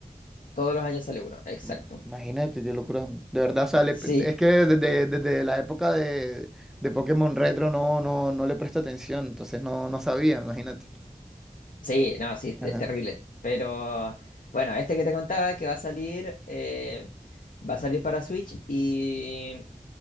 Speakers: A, on the left (about 65°); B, in the centre.
A: todos los años sale uno, exacto.
B: Mm, Imagínate qué locura. De verdad sale.
A: Sí,
B: pe- Es que desde, desde la época de, de Pokémon Retro no, no, no le presta atención, entonces no, no sabía, imagínate.
A: Sí, no, sí, es,
B: Ajá.
A: es terrible. Pero bueno, este que te contaba que va a salir, eh, va a salir para Switch y